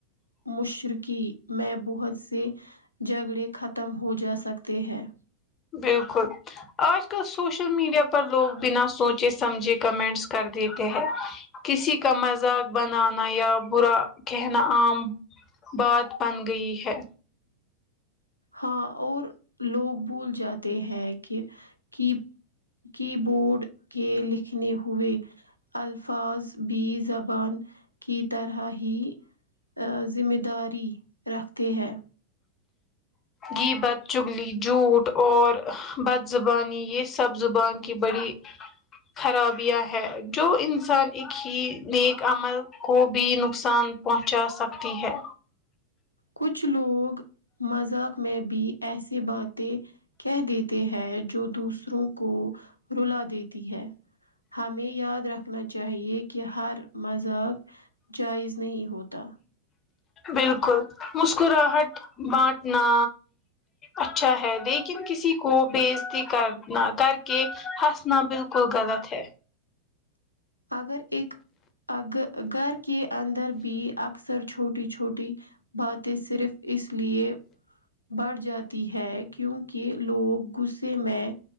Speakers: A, on the left (about 85°); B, on the left (about 25°).
A: مشرکی میں بہت سے جھگڑے ختم ہو جا سکتے ہیں
B: بالکل آج کل سوشل میڈیا پر لوگ بنا سوچے سمجھے کمنٹس کر دیتے ہیں کسی کا مذاق بنانا یا برا کہنا عام بات بن گئی ہے
A: ہاں اور لوگ بھول جاتے ہیں کہ کہ کی بورڈ کے لکھنے ہوئے الفاظ بھی زبان کی طرح ہی ا ذمہ داری رکھتے ہیں
B: غیبت، چغلی، جھوٹ اور بد زبانی یہ سب زبان کی بڑی خرابیاں ہے جو انسان ایک ہی نیک عمل کو بھی نقصان پہنچا سکتی ہے
A: کچھ لوگ مذاق میں بھی ایسا یہ باتیں کہہ دیتے ہیں جو دوسروں کو رلا دیتی ہے ہمیں یاد رکھنا چاہیے کہ ہر مذاق جائز نہیں ہوتا
B: بالکل مسکراہٹ بانٹنا اچھا ہے لیکن کسی کو بےعزتی کرنا کر کے ہنس نا بالکل غلط ہے
A: اگر اک اگ گھر کے اندر بھی آ اکثر چھوٹی چھوٹی باتیں صرف اس لیے بڑھ جاتی ہے کیونکہ لوگ غصے میں